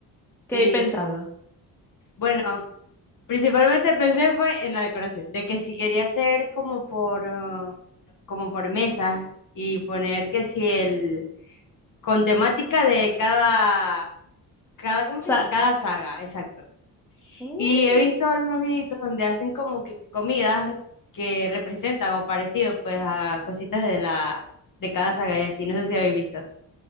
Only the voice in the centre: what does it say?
¿Qué
he pensado? O
sea,
mm,